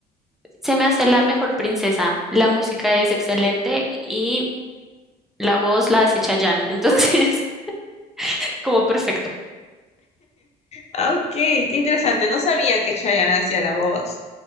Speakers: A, in the centre; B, on the left.
A: Se me hace la mejor princesa, la música es excelente y la voz la hace Chayanne, entonces <laughs> como perfecto.
B: Ah, ok, qué interesante. No sabía que Chayanne hacía la voz.